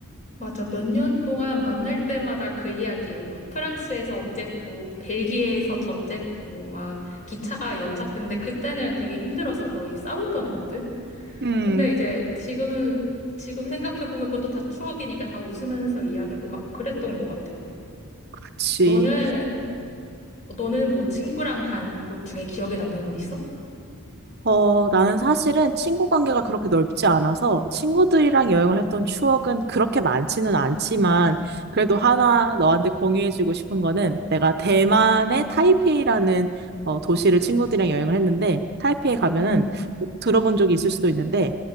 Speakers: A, on the left; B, on the right.
A: 맞아. 몇 년 동안 만날 때마다 그 이야기에 막 프랑스에서 어쨌고, 벨기에에서 저쨌고, 막 기차가 연착된데 그때는 되게 힘들어서 거의 싸울 뻔했거든.
B: 음,
A: 근데 이제 지금 지금 생각해 보면 그것도 다 추억이니까 다 웃으면서 이야기하고 막 그랬던 것 같아.
B: 그치.
A: 너는 너는 뭐 친구랑 간 곳 중에 기억에 남는 곳 있어?
B: 어, 나는 사실은 친구 관계가 그렇게 넓지 않아서 친구들이랑 여행을 했던 추억은 그렇게 많지는 않지만 그래도 하나 너한테 공유해주고 싶은 거는 내가 대만의 타이페이라는 어, 도시를 친구들이랑 여행을 했는데 타이페이 가면은
A: 음,
B: 꼭 들어본 적이 있을 수도 있는데